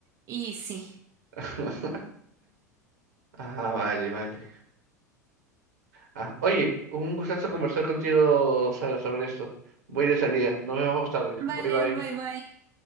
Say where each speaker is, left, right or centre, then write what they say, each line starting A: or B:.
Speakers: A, on the right; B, on the right.
A: Y sí.
B: <laughs> Ah, vale, vale. Ah, oye, un gustazo conversar contigo, Sara, sobre esto. Voy de salida. Nos vemos más tarde.
A: Vale,
B: Bye, bye.
A: bye bye.